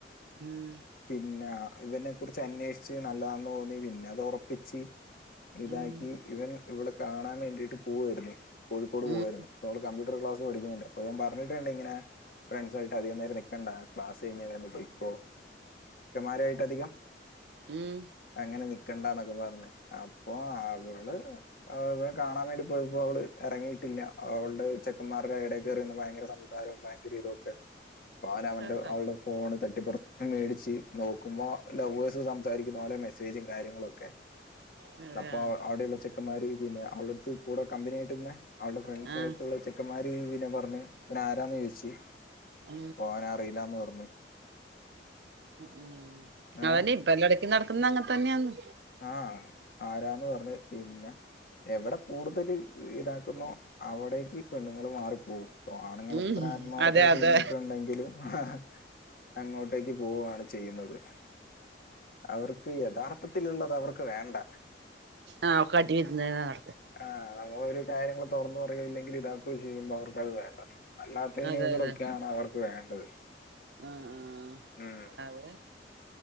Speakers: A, on the right; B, on the left.
A: ഉം.
B: പിന്നെ ഇവനെ കുറിച്ച് അന്വേഷിച്ച് നല്ലതാന്ന് തോന്നി പിന്നെ അത് ഒറപ്പിച്ച്. ഇതാക്കി
A: ഉം
B: ഇവൻ ഇവളെ കാണാൻ വേണ്ടിയിട്ട് പോവായിരുന്നു. കോഴിക്കോട്
A: ഉം
B: പോവായിരുന്നു ഇപ്പോൾ അവള് കമ്പ്യൂട്ടർ ക്ലാസ് പഠിക്കുന്നില്ല. പറഞ്ഞിട്ടുണ്ട് ഇങ്ങനെ ഫ്രണ്ട്സായിട്ട് അധികം നേരം നിൽക്കണ്ട ക്ലാസ് കഴിഞ്ഞ് അന്നേരം പൊയ്ക്കൊ. പുരുഷൻമാരുമായിട്ട് അധികം!
A: ഉം.
B: അങ്ങനെ നിക്കണ്ടന്നൊക്കെ പറഞ്ഞ്. അപ്പൊ അവള്! കാണാൻ വേണ്ടി പോയപ്പോ അവള് ഇറങ്ങിയിട്ടില്ല. അവളുടെ ചെക്കന്മാരുടെ ഇടയിൽ കയറി നിന്ന് ഭയങ്കര സം സാരം ഭയങ്കര ഇതൊക്കെ പാന് അവന്റെ
A: അതെ
B: അവളുടെ! ഫോൺ തട്ടിപറിച്ച് മേടിച്ച് നോക്കുമ്പോ ലവേഴ്സ് സംസാരിക്കുന്നതു പോലെ മെസ്സേജ്! കാര്യങ്ങളൊക്കെ
A: അതെ
B: അപ്പ അവിടെയുള്ള ചെക്കന്മാര് പിന്നെ അവള്! കൂടെ കമ്പിനിയായിട്ടു നിന്ന അവളടെ ഫ്രണ്ട്സ്
A: ആഹ്
B: ആയിട്ടുള്ള ചെക്കന്മാരിനെ പറഞ്ഞു ഇവനാരാന്നു ചോദിച്ചു.
A: ഉ
B: അപ്പൊ അവൻ അറിയില്ലാന്ന് പറഞ്ഞു
A: ഉം!
B: ഏഹ്
A: അതന്നെ ഇപ്പ എല്ലാടെ! ഈ നടക്കുന്ന അങ്ങനെ തന്നെയാന്ന്!
B: ആഹ്! ആരാന്ന് പറഞ്ഞ് പിന്നെ എവിടെ കൂടുതൽ ഇതാക്കുന്നോ! അവിടേക്ക് ഈ പെണ്ണുങ്ങൾ മാറിപ്പോവും. അപ്പോ ആണുങ്ങൾ
A: ഉം
B: എത്ര ആത്മാർത്ഥായിട്ട്
A: അതെ അതെ
B: നിന്നിട്ടുണ്ടെങ്കിലും. ആഹ്! അങ്ങോട്ടേക്ക് പോവുയാണ് ചെയ്യുന്നത്. അവർക്ക് യഥാർത്ഥത്തിലുള്ളത് അവർക്ക് വേണ്ട.
A: ആഹ് കാട്ടി വിരുന്ന് നടത്ത്
B: ആഹ്! നമ്മൾ ഒരു കാര്യങ്ങളു തുറന്നു പറയുകയോ ഇല്ലെങ്കിൽ ഇതാക്കുകയോ ചെയ്യുമ്പോ അവർക്കത് വേണ്ട. അല്ലാത്ത ഇനകടൊക്കെയാണ്
A: അതെ അതെ
B: അവർക്ക് വേണ്ടത്.
A: ആഹ്
B: ഉം!
A: ആഹ് അതെ